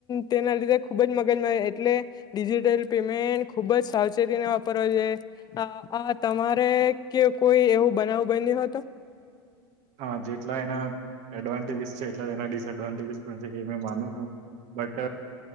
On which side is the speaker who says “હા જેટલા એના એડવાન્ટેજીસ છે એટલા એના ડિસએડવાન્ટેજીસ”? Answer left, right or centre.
Right